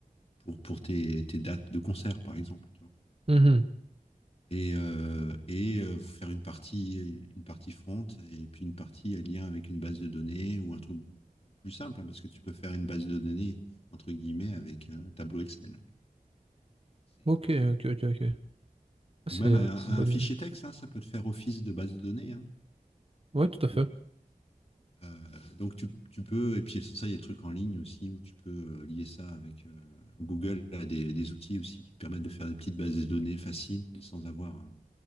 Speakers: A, on the left; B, on the right.
A: pour, pour tes, tes dates de concert, par exemple. tu vois.
B: Mhm.
A: et, euh, et euh, faire une partie, une partie front et puis une partie en lien avec une base de données ou un truc plus simple, hein, parce que tu peux faire une base de données, entre guillemets, avec un tableau Excel. C'est-
B: Ok,
A: c'est-
B: ok, ok, ok. Ah,
A: Ou
B: C'est
A: même
B: une
A: un,
B: bonne
A: un fichier
B: idée.
A: texte, hein, ça peut te faire office de base de données. hein.
B: Ouais, tout à fait.
A: Donc, euh, donc tu, tu peux, et puis sans ça, il y a des trucs en ligne aussi où tu peux euh, lier ça avec euh, Google, a des, des outils aussi qui te permettent de faire des petites bases de données faciles sans avoir